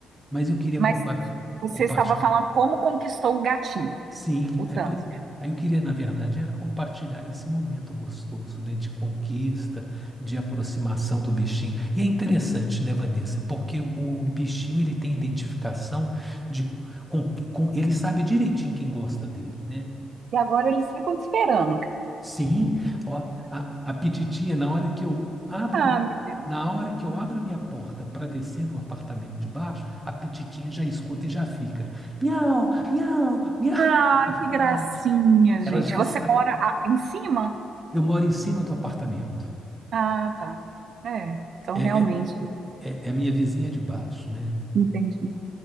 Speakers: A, in the centre; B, on the right.
A: mas eu queria
B: Mas
A: compartilhar
B: você estava falando como conquistou o gatinho,
A: Sim,
B: o
A: é,
B: Thunder.
A: pois é. Aí eu queria, na verdade, era compartilhar esse momento gostoso, né, de conquista, de aproximação do bichinho. E é interessante, né, Vanessa, porque o, o bichinho ele tem identificação de com, com ele sabe direitinho quem gosta dele, né?
B: E agora eles ficam te esperando.
A: Sim, ó, a, a pititinha, na hora que eu abro
B: Ah,
A: a minha,
B: meu Deus.
A: na hora que eu abro a minha porta para descer no apartamento de baixo, a pititinha já escuta e já fica, miau, miau, miau.
B: Ai,
A: Eu falei,
B: que gracinha,
A: "Ah,
B: gente.
A: ela já
B: Você
A: sabe.
B: mora a- em cima?
A: Eu moro em cima do apartamento.
B: Ah, tá. É, então
A: É,
B: realmente,
A: é, é é a minha vizinha de baixo, né?
B: entendi.